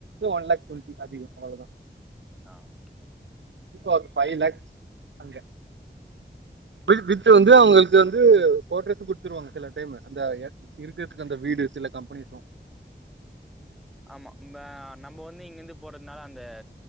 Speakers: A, on the right (about 75°); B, in the centre.
A: ஒன்லேக் <inaudible> அதிகொ அவ்ளோதா
B: அ
A: ப்போ அது ஃபை லேக்ஸ் அங்கெ வி வித்து வந்து அவுங்களுக்கு வந்து கோட்ரஸ்ஸு குடுத்துருவாங்க சில அதேமார் ந்த இருக்கிறதுக்கு அந்த வீடு சில கம்பெனிஸ்லா
B: ஆம்மா ந்த நம்போ வந்து இங்கிருந்து போறதுனால அந்த